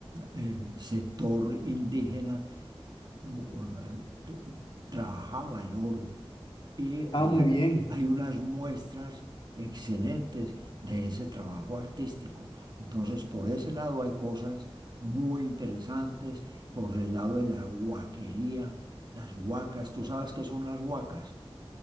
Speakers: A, on the right; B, on the left.
A: eh, sector indígena u- u- eh, trabajaba el oro. Y
B: Ah,
A: hay,
B: muy
A: a-
B: bien.
A: hay unas muestras excelentes de ese trabajo artístico. Entonces, por ese lado hay cosas muy interesantes. Por el lado de la huaquería, las huacas, ¿tú sabes qué son las huacas?